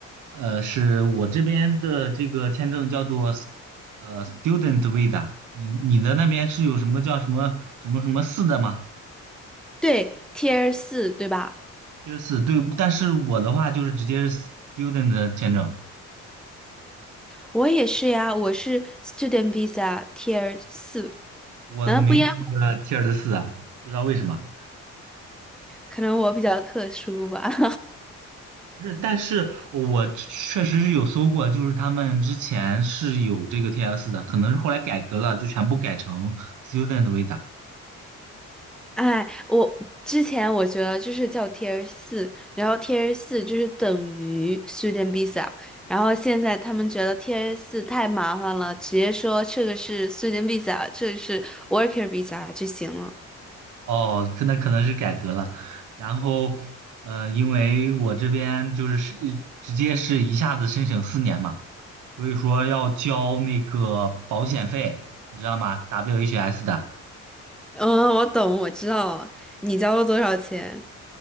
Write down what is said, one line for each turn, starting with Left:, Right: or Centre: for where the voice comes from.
Right: 呃，是我这边的这个签证叫做 s- 呃 student visa，你你的那边是有什么叫什么什么什么四的吗？
Centre: 对，Tier 四对吧？
Right: 第四，对，但是我的话就是直接是 student 的签证，
Centre: 我也是呀，我是 Student Visa Tier 四，
Right: 我没有那个
Centre: 难道不一样？
Right: t i e 四啊，不知道为什么。
Centre: 可能我比较特殊吧。<laughs>
Right: 不是，但是我确实是有搜过，就是他们之前是有这个 TS 的，可能是后来改革了，就全部改成 Student Visa。
Centre: 哎，我之前我觉得就是叫 Tier 四，然后 Tier 四就是等于 Student Visa，然后现在他们觉得 Tier 四太麻烦了，直接说这个是 Student Visa，这个是 Worker Visa 就行了。
Right: 哦，可能可能是改革了。然后，呃，因为我这边就是是直接是一下子申请四年嘛，所以说要交那个保险费，你知道吗？WHS 的。
Centre: <laughs> 嗯，我懂，我知道了。你交了多少钱？